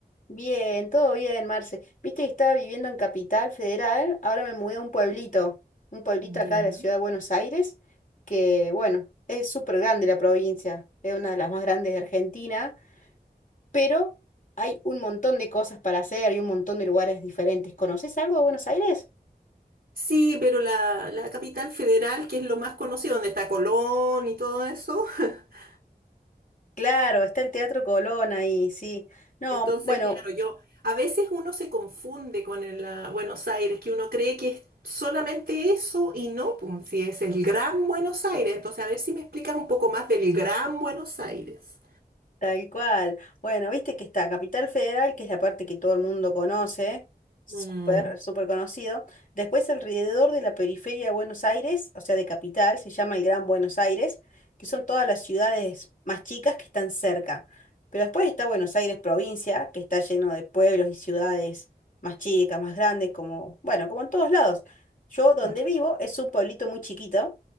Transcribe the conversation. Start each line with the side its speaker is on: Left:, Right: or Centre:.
Left: Bien, todo bien, Marce. Viste que estaba viviendo en Capital Federal, ahora me mudé a un pueblito, un pueblito acá
Right: Ya.
Left: de la ciudad de Buenos Aires, que bueno, es súper grande la provincia, es una de las más grandes de Argentina, pero hay un montón de cosas para hacer y un montón de lugares diferentes. ¿Conoces algo de Buenos Aires?
Right: Sí, pero la, la capital federal, que es lo más conocido, donde está Colón y todo eso. <laughs>
Left: Claro, está el Teatro Colón ahí, sí. No,
Right: Entonces,
Left: bueno,
Right: claro, yo a veces uno se confunde con el, ah, Buenos Aires, que uno cree que es solamente eso y no, pum, si es el Gran Buenos Aires. Entonces, a ver si me explicas un poco más del Gran Buenos Aires.
Left: Tal cual. Bueno, viste que está Capital Federal, que es la parte que todo el mundo conoce, súper,
Right: Mm,
Left: súper conocido. Después alrededor de la periferia de Buenos Aires, o sea, de Capital, se llama el Gran Buenos Aires, que son todas las ciudades más chicas que están cerca. Pero después está Buenos Aires provincia, que está lleno de pueblos y ciudades más chicas, más grandes, como, bueno, como en todos lados. Yo donde
Right: claro.
Left: vivo es un pueblito muy chiquito,